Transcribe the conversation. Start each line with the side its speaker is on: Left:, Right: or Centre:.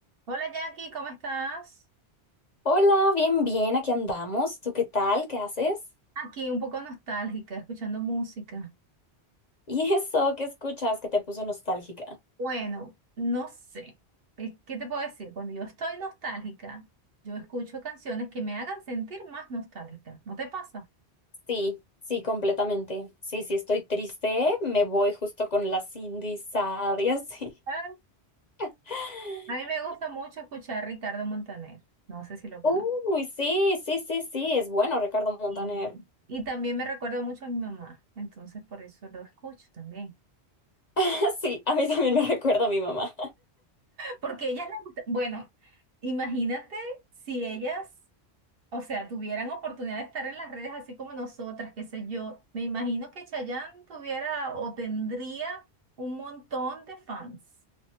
Right: Hola Jackie, ¿cómo estás?
Left: Hola, bien, bien, aquí andamos. ¿Tú qué tal? ¿Qué haces?
Right: Aquí un poco nostálgica, escuchando música.
Left: ¿Y eso qué escuchas que te puso nostálgica?
Right: Bueno, no sé, eh, ¿qué te puedo decir? Cuando yo estoy nostálgica, yo escucho canciones que me hagan sentir más nostálgica. ¿No te pasa?
Left: Sí, sí, completamente. Sí, sí, estoy triste. Me voy justo con la Cindy Sad y así.
Right: Ah.
Left: <laughs>
Right: A mí me gusta mucho escuchar Ricardo Montaner, no sé si lo conozco.
Left: Uy, sí, sí, sí, sí, es bueno Ricardo Montaner.
Right: Y, y también me recuerda mucho a mi mamá, entonces por eso lo escucho también.
Left: <laughs> Sí, a mí también me recuerda a mi mamá.
Right: Porque ellas les gusta, bueno, imagínate si ellas o sea, tuvieran oportunidad de estar en las redes así como nosotras, qué sé yo, me imagino que Chayanne tuviera o tendría un montón de fans.